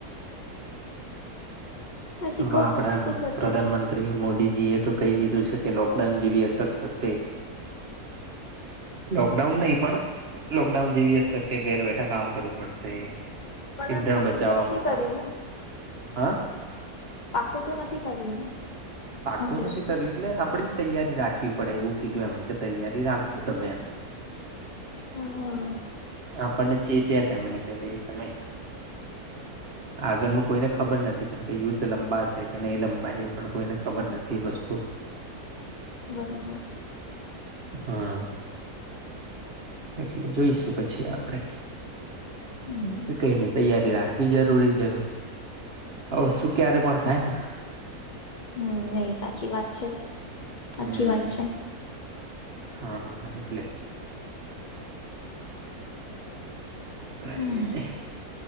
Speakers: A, on the left (about 40°); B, on the right (about 45°).
A: હા શીખો
B: હવે આપડા
A: શું કરતા
B: પ્રધાનમંત્રી
A: હતા
B: મોદીજી એ તો કહી દીધું છે. કે લોકડાઉન જેવી અસર થશે. કડાઉન નહીં પણ લોકડાઉન જેવી હ સર કે ઘેર બેઠા કામ કરવું પડશે.
A: પણ
B: ઈંધણ
A: એમ પાક્કું
B: બચાવવા
A: તો નથી
B: પોતાનું
A: કર્યું ને
B: હા.
A: પાક્કું તો નથી કર્યું ને
B: પાકું
A: હજી
B: નથી
A: સુધી
B: કર્યું એટલે આપડી તૈયારી રાખવી પડે એવું કીધું. મ કે તૈયારી રાખજો તમે એમ.
A: હા
B: હ આપને ચી ત્યાં એમ કે ભ તમે આગળનું કોઈને ખબર નથી. કેમ કે યુદ્ધ લંબાશે કે નહીં લંબા એ પણ કોઈને ખબર નથી વસ્તુ.
A: બરોબર.
B: હા એટલે જોઈશું પછી આપણેે
A: હમ
B: કઈની તૈયારી રાખવી જરૂરી છે. હવ શું ક્યારે પણ થાય ને
A: હમ એહી સાચી વાત છે. સાચી
B: હમ
A: વાત છે.
B: હા હા હા એટલે કઈ
A: હમ
B: નહી